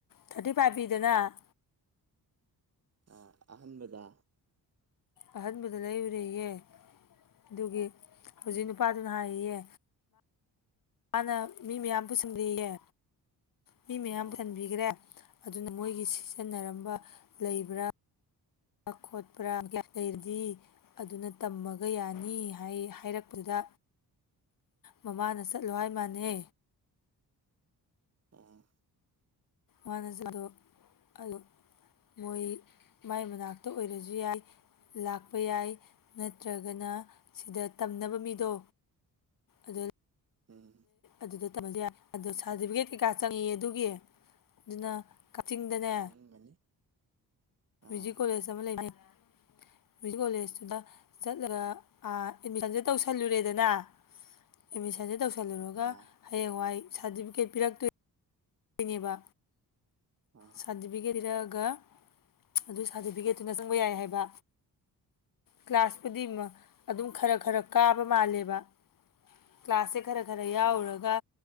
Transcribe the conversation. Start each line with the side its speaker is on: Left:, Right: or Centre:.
Left: ꯊꯥꯔꯇꯤ ꯐꯥꯏꯚ ꯄꯤꯗꯅ
Right: ꯑꯥ ꯑꯍꯥꯟꯕꯗ
Left: ꯑꯍꯟꯕꯗꯥ ꯂꯩꯔꯨꯔꯦꯌꯦ ꯑꯗꯨꯒꯤ ꯍꯧꯖꯤꯛ
Right: ꯎꯝ
Left: ꯅꯨꯄꯥꯗꯨꯅ ꯍꯥꯏꯌꯦ ꯃꯥꯅ ꯃꯤ ꯃꯌꯥꯝ ꯄꯨꯁꯤꯟꯕꯤꯌꯦ ꯃꯤ ꯃꯌꯥꯝ
Right: ꯑꯥ
Left: ꯄꯨꯁꯟꯕꯤꯈ꯭ꯔꯦ ꯑꯗꯨꯅ ꯃꯣꯏꯒꯤ ꯁꯤꯖꯤꯟꯅꯔꯝꯕ ꯂꯩꯕ꯭ꯔꯥ ꯈꯣꯠꯄ꯭ꯔꯥ ꯒꯌꯥ ꯂꯩꯔꯗꯤ ꯑꯗꯨꯅ ꯇꯝꯃꯒ ꯌꯥꯅꯤ ꯍꯥꯏ ꯍꯥꯏꯔꯛꯄꯗꯨꯗ ꯃꯃꯥꯅ ꯆꯠꯂꯣ ꯍꯥꯏ ꯃꯥꯅꯦ
Right: ꯑꯣ
Left: ꯃꯥꯅꯖꯗꯣ ꯑꯗꯨ ꯃꯣꯏ ꯃꯥꯏ ꯃꯅꯥꯛꯇ ꯑꯣꯏꯔꯁꯨ ꯌꯥꯏ ꯂꯥꯛꯄ ꯌꯥꯏ ꯅꯠꯇ꯭ꯔꯒꯅ ꯁꯤꯗ ꯇꯝꯅꯕ ꯃꯤꯗꯣ ꯑꯗꯨ
Right: ꯎꯝ
Left: ꯑꯗꯨꯗ ꯇꯝꯍꯜꯂꯨ ꯌꯥꯏ ꯑꯗꯣ ꯁꯗꯐꯤꯀꯦꯠ ꯀꯩꯀꯥ ꯆꯪꯉꯌꯦ ꯑꯗꯨꯒꯤ ꯑꯗꯨꯅ ꯀꯛꯆꯤꯡꯗꯅꯦ
Right: ꯆꯪꯉꯝꯒꯅꯤ
Left: ꯃ꯭ꯌꯨꯖꯤꯛ
Right: ꯑꯥ
Left: ꯀꯣꯂꯦꯖ ꯑꯃ ꯂꯩꯅꯩ ꯃ꯭ꯌꯨꯖꯤꯛ ꯀꯣꯂꯦꯖꯇꯨꯗ ꯆꯠꯂꯒ ꯑꯥ ꯑꯦꯠꯃꯤꯁꯟꯁꯦ ꯇꯧꯁꯜꯂꯨꯔꯦꯗꯅ ꯑꯦꯠꯃꯤꯁꯟꯁꯦ ꯇꯧ ꯆꯜꯂꯨꯔꯒ
Right: ꯑꯥ
Left: ꯍꯌꯦꯡꯋꯥꯏ ꯁꯥꯔꯇꯤꯐꯤꯀꯦꯠ ꯄꯤꯔꯛꯇꯣꯏꯅꯦꯕ
Right: ꯑ
Left: ꯁꯥꯔꯇꯤꯐꯤꯀꯦꯠ ꯄꯤꯔꯛꯑꯒ ꯑꯗꯨꯒꯤ ꯁꯥꯔꯇꯤꯐꯤꯀꯦꯠꯇꯨꯅ ꯆꯪꯕ ꯌꯥꯏ ꯍꯥꯏꯕ ꯀ꯭ꯂꯥꯁꯄꯨꯗꯤꯃ ꯑꯗꯨꯝ ꯈꯔ ꯈꯔ ꯀꯥꯕ ꯃꯥꯜꯂꯦꯕ ꯀ꯭ꯂꯥꯁꯁꯦ ꯈꯔ ꯈꯔ ꯌꯥꯎꯔꯒ
Right: ꯑꯥ